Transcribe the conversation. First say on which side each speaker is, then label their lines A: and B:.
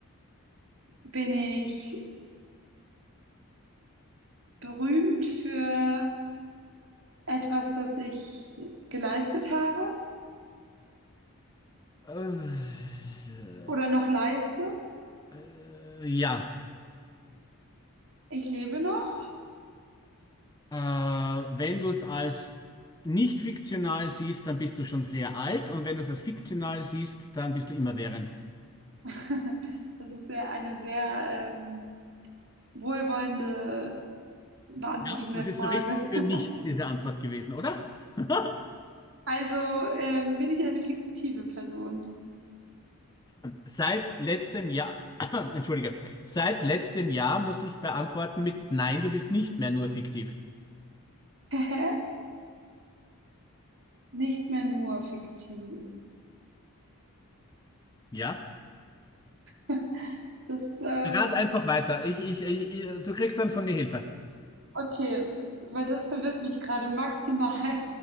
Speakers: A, on the right (about 60°); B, on the left (about 20°).
A: Bin ich berühmt für etwas, das ich geleistet habe
B: Äh,
A: oder noch leiste?
B: äh, ja.
A: Ich lebe noch.
B: Äh, wenn du es als nicht fiktional siehst, dann bist du schon sehr alt und wenn du es als fiktional siehst, dann bist du immerwährend.
A: <laughs> Das ist sehr, eine sehr ähm, wohlwollende Beantwortung
B: Ja,
A: der
B: das
A: Frage.
B: ist so richtig
A: <laughs>
B: für nichts, diese Antwort gewesen, oder? <laughs>
A: Also ähm, bin ich eine fiktive Person?
B: Seit letztem Jahr, <clears throat> <coughs> entschuldige, seit letztem Jahr muss ich beantworten mit Nein, du bist nicht mehr nur fiktiv.
A: Hä? Nicht mehr nur fiktiv.
B: Ja?
A: <laughs> Das, ähm,
B: Rat einfach weiter. Ich, ich, ich, du kriegst dann von mir Hilfe.
A: okay, weil das verwirrt mich gerade maximal.